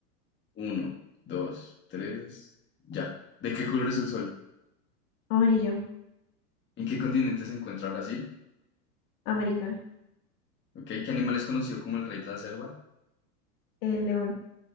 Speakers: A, on the left; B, on the left.
A: Uno, dos, tres, ya. ¿De qué color es el sol?
B: amarillo,
A: ¿En qué continente se encuentra Brasil?
B: América,
A: ¿Ok? ¿Qué animal es conocido como el rey de la selva?
B: el león,